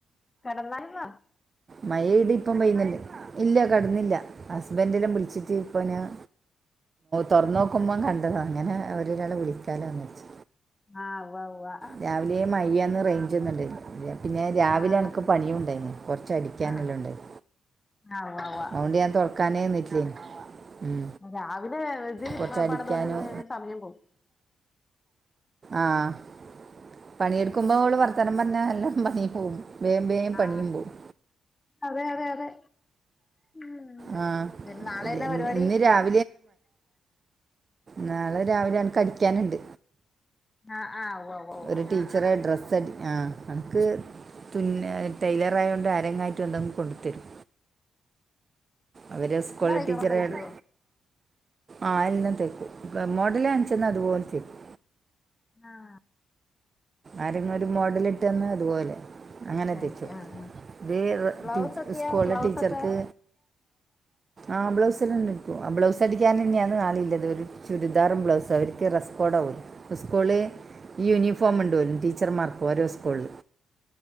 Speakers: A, on the left; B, on the right.
A: കെടന്നാര്ന്നോ?
B: മഴയിടീം ഇപ്പം പെയ്യുന്നുണ്ട്. ഇല്ല കെട്ന്നില്ല ഹസ്ബന്റല്ല വിളിച്ചിട്ട് അപ്പോ ഞാൻ തുറന്നോക്കുമ്പം കണ്ടതാണ് അങ്ങനെ അവരൊരാളെ വിളിക്കാലോന്ന് വച്
A: ആഹ് ഉവ്വ് ഉവ്വ്
B: രാവിലെ മഴയ്യന്ന് റേഞ്ചന്നും ഇല്ലയ്നി പിന്നെ രാവിലെ
A: ആഹ്
B: എനക്ക്
A: ശരി
B: പണിയുണ്ടായിന്നു. കൊർച്ചടിക്കാനെല്ലാം
A: ആഹ്
B: ഉണ്ടായി
A: ആഹ് ഉവ്വ ഉവ്വ
B: അതോണ്ട് ഞാൻ തൊറക്കാനേ നിന്നിട്ടില്ലേ ഉം
A: രാവിലെ ത്
B: കുറച്ച് അടിക്കാനും
A: പണിതോണ്ട്രിന്ന് സമയം പോകും
B: ആഹ് പണിയെടുക്കുമ്പോ ഓള് വർത്താനം പറഞ്ഞ എല്ലാം പണി പോകും വേം വേം പണിയും
A: ആഹ്
B: പോവും
A: അതെ അതെ അതെ പിന്നെ
B: ആ
A: നാളെയെന്ന
B: ഇത്
A: പരിപാടി?
B: <unintelligible> നാളെ രാവിലെ എക്ക് അടിക്കാനുണ്ട്
A: ആഹ് ആഹ് ഉവ്വ ഉവ്വ ഉവ്വ
B: ഒരു ടീച്ചറെ
A: ഉവ്വ
B: ഡ്രസ്സ് അടി ആഹ് അൻക്ക് തുന്ന ടൈലറായോണ്ട് ആരെങ്ങായിട്ടും എന്തെങ്കും കൊണ്ടു തരും അവര് സ്കൂള
A: എല്ലാം
B: ടീച്ചറാണ്
A: തയ്യോ തയ്ക്കോ
B: ആഹ് എല്ലം തയ്ക്കും മോടലാണിച്ചന്ന അത്പോൽ തയ്ക്കും
A: ആഹ്
B: ആരെങ്ങും ഒരു മോഡലിട്ട്ന്ന് അതുപോലെ അങ്ങനെ
A: തയ്ക്കും
B: തൈച്ചുടുക്കും
A: ആഹ് ആഹ്
B: ത്
A: ബ്ലൗസൊക്കെയോ
B: സ്കൂള
A: ബ്ലൗസൊക്കെ
B: ടീച്ചർക്ക് ആഹ് ബ്ലൗസ്ലല്ലാണ്ട് പ്പം ആഹ് ബ്ലൗസ് അടിക്കാനെന്നെയാണ് നാളീം ല്ലത് ഒരു ചുരിദാറും ബ്ലൗസും അവർക്ക് റെസ്കോഡവും സ്കൂള് ഈ യൂണിഫോംണ്ട്
A: ആഹ്
B: ഓൽക്ക് ടീച്ചർമാർക് ഓരോ സ്കൂൾല്